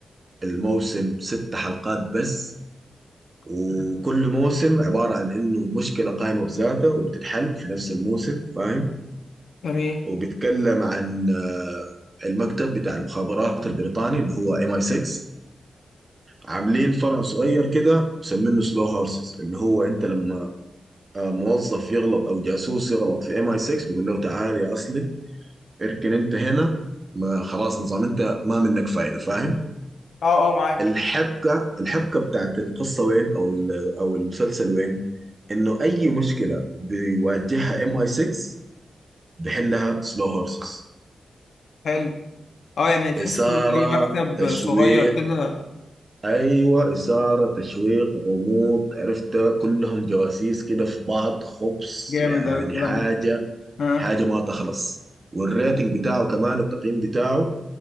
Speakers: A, on the right; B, on the left.
A: الموسم ست حلقات بس وكل
B: <laughs>
A: موسم عباره عن انه مشكله قائمه بذاتها وبتتحل في نفس الموسم فاهم
B: جميل
A: وبيتكلم عن آه، المكتب بتاع المخابرات البريطاني اللي هو ام اي 6 عاملين فرع صغير كده مسمينه سلو هورسز اللي هو انت لما آه، موظف يغلط او جاسوس يغلط في ام اي 6 بيقول له تعال يا اصلي اركن انت هنا ما خلاص نظام انت ما منك فايده فاهم
B: اه اه معاك
A: الحبكه الحبكه بتاعت القصه وين او ال- او المسلسل وين انه اي مشكله بيواجهها ام اي 6 بحلها سلو هورسز
B: حلو اه يعني تحسه
A: اثاره
B: زي مكتب
A: تشويق
B: صغير كده
A: ايوه اثاره تشويق غموض عرفت كلهم جواسيس كده في بعض خبص
B: جامد
A: يعني
B: أوي الكلام
A: حاجه
B: ده اه
A: حاجة ما تخلص والريتنج
B: اه
A: بتاعه كمان التقييم بتاعه